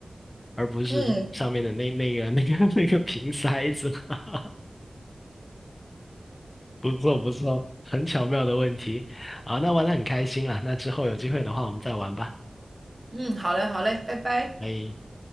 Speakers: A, on the left (about 30°); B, on the right (about 25°).
A: 而不是上面的那那个那个
B: 嗯
A: <laughs> 那个瓶塞子。<laughs> 不错不错，很巧妙的问题。好，那玩的很开心啦，那之后有机会的话我们再玩吧，
B: 嗯，好嘞好嘞，拜拜。
A: 拜。